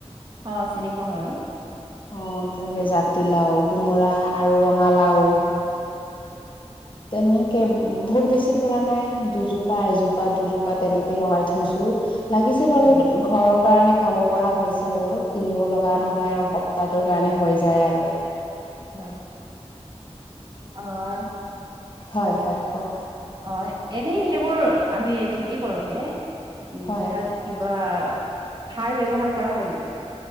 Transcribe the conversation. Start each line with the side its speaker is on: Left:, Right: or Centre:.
Right: অ, চিনি পাও বাৰু।
Left: অ, তেনেকে জাতিলাও, কোমোৰা আৰু ৰঙালাও তেনেকে বহুত বেছি কৰা নাই দুজোপা, এজোপা, দুজোপা তেনেকে লগাই থৈছো লাগিছে বাৰু
Right: অ
Left: ঘৰৰ কাৰণে খাব পৰা হৈছে আৰু কিনিব লগ লগা নহয়
Right: হয়
Left: আৰু
Right: হয়
Left: সপ্তাহটোৰ কাৰণে হৈ যায় আৰু।
Right: হয় অ,
Left: হয়-হয় কওক?
Right: অ, এনেই সেইবোৰ আমি খেতি কৰোতে উম,
Left: হয়
Right: তাত কিবা <unintelligible> সাৰ ব্যৱহাৰ কৰা হয় নেকি?